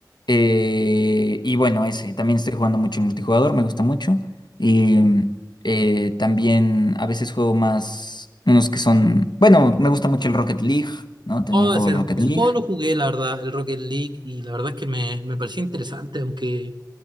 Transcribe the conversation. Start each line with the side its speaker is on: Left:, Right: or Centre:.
Left: Eh, y bueno, ese, también estoy jugando mucho en multijugador, me gusta mucho. Y mm, eh, también a veces juego más, unos que son, bueno, me gusta mucho el Rocket League, ¿no? También
Right: Oh,
Left: juego
Right: ese,
Left: el Rocket
Right: ese
Left: League.
Right: juego lo jugué, la verdad, el Rocket League, y la verdad es que me, me pareció interesante, aunque...